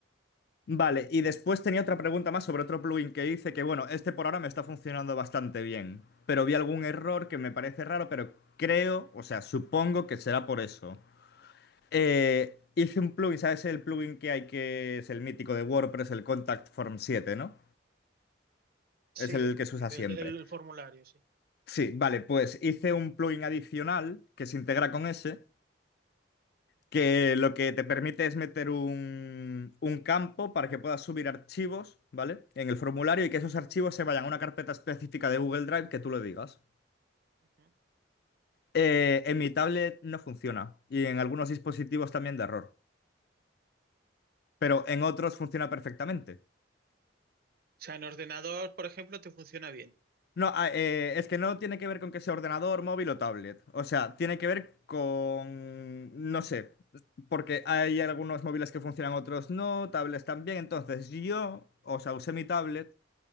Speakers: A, on the left; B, on the right.
A: Vale, y después tenía otra pregunta más sobre otro plugin que hice que, bueno, este por ahora me está funcionando bastante bien, pero vi algún error que me parece raro, pero creo, o sea, supongo que será por eso. Eh, hice un plugin, ¿sabes el plugin que hay que es el mítico de WordPress, el Contact Form siete ¿no? Es
B: Sí,
A: el
B: el,
A: que se usa siempre.
B: el, el formulario, sí.
A: Sí, vale, pues hice un plugin adicional que se integra con ese que lo que te permite es meter un, un campo para que puedas subir archivos, ¿vale? En el formulario y que esos archivos se vayan a una carpeta específica de Google Drive que tú lo digas.
B: Ujú. O
A: Eh, en mi tablet no funciona y en algunos dispositivos también da error, pero en otros funciona perfectamente.
B: sea, en ordenador, por ejemplo, te funciona bien.
A: No, ah, eh, es que no tiene que ver con que sea ordenador, móvil o tablet. O sea, tiene que ver con, no sé, porque hay algunos móviles que funcionan, otros no, tablets también. Entonces yo, o sea, usé mi tablet